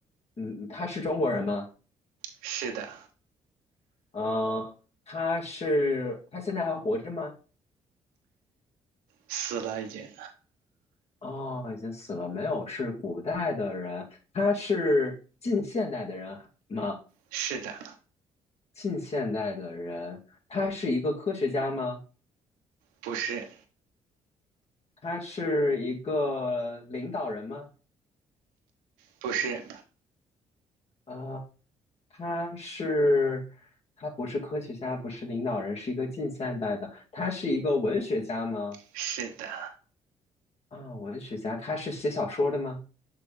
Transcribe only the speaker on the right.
是的，
死了已经。
是的，
不是，
不是，
是的，